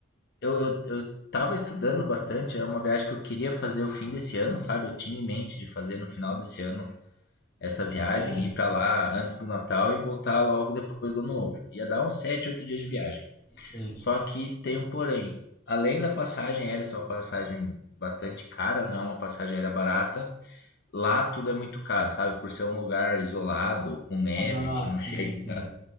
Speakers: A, on the left (about 55°); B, on the left (about 25°).
A: eu, eu, eu tava estudando bastante, é uma viagem que eu queria fazer o fim desse ano, sabe? Eu tinha em mente de fazer no final desse ano essa viagem,
B: privilégio.
A: ir pra lá antes do Natal e voltar logo depois do Ano Novo. Ia dar uns 7, 8 dias de viagem.
B: Sim.
A: Só que tem um porém. Além da passagem aérea ser uma passagem bastante cara, não é uma passagem aérea barata, lá tudo é muito caro, sabe? Por ser um lugar isolado, com neve,
B: Ah,
A: que não
B: sim,
A: chega
B: sim.